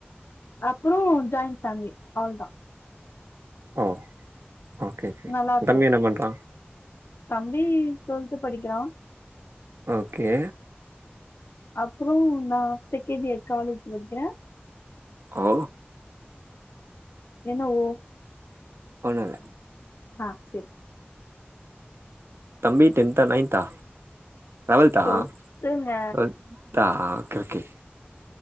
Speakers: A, on the left; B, on the right.
A: அப்பற ஜாயின் ஃபேமிலி அவ்ளதா
B: ஒ ஓகே கே
A: நல்லா இருக்கும்
B: தம்பி என்ன பண்றா
A: தம்பி டுவெல்த்து படிக்கிறா
B: ஓகே
A: அப்றோ நா செகண்ட் இயர் காலேஜ் படிக்கிறே
B: ஓ
A: என்ன ஓ
B: ஒன்னுல்ல
A: ஆ செரி
B: தம்பி டென்த்தா நைன்த்தா லெவல்த்தா
A: சொல்ட்டுங்க
B: ட்வல்த்தா கே கே